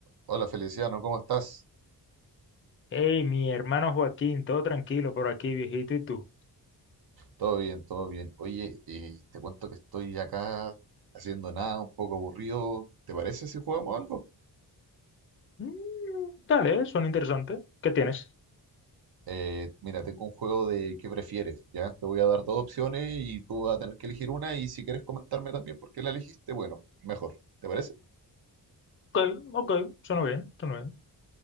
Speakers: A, on the right; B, on the left.
A: Hola Feliciano, ¿cómo estás?
B: Hey, mi hermano Joaquín, todo tranquilo por aquí, viejito, ¿y tú?
A: Todo bien, todo bien. Oye, eh, te cuento que estoy acá haciendo nada, un poco aburrido. ¿Te parece si jugamos algo?
B: Mm, dale, suena interesante. ¿Qué tienes?
A: Eh, mira, tengo un juego de qué prefieres, ¿ya? Te voy a dar dos opciones y tú vas a tener que elegir una y si quieres comentarme también por qué la elegiste, bueno, mejor. ¿Te parece?
B: Ok, ok, suena bien, suena bien.